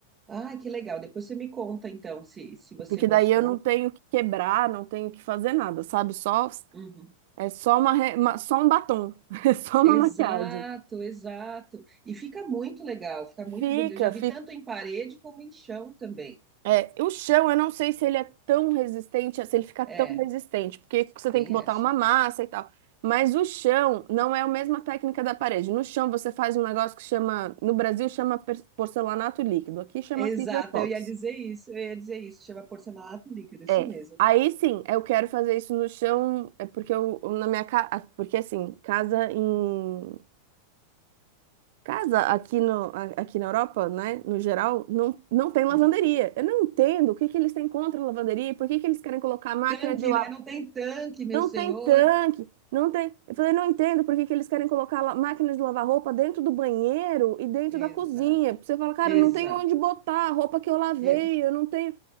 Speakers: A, on the right; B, on the right.
A: Ai, que legal. Depois você me conta, então, se, se você
B: Porque
A: gostou.
B: daí eu não tenho que quebrar, não tenho que fazer nada, sabe? Só
A: Uhum.
B: é só uma, re- uma- só um batom, <laughs> é só
A: Exato,
B: uma maquiagem.
A: exato. E fica muito legal, fica muito
B: Fica,
A: bonito. Eu já vi
B: fica.
A: tanto em parede como em chão também.
B: É, o chão, eu não sei se ele é tão resistente, se ele fica
A: É,
B: tão resistente, porque você
A: tem
B: tem que botar
A: essa.
B: uma massa e tal. Mas o chão não é a mesma técnica da parede. No chão você faz um negócio que chama, no Brasil chama per- porcelanato líquido, aqui chama
A: Exato,
B: piso epóxi.
A: eu ia dizer isso, eu ia dizer isso. Chama porcelanato líquido, isso
B: É.
A: mesmo.
B: Aí sim, eu quero fazer isso no chão, é porque eu na minha casa, porque assim, casa em casa aqui no a- aqui na Europa, né, no geral, não não tem lavanderia.
A: Uhum.
B: Eu não entendo o que que eles têm contra a lavanderia, e por que que eles querem colocar a máquina
A: Tanque,
B: de lavar?
A: né? Não tem tanque, meu
B: Não
A: senhor.
B: tem tanque, não tem. Eu falei, não entendo por que que eles querem colocar la- máquina de lavar roupa dentro do banheiro e dentro
A: Exato,
B: da cozinha. Você fala, cara,
A: exato.
B: não tem onde botar a roupa que eu lavei,
A: Eu.
B: eu não tenho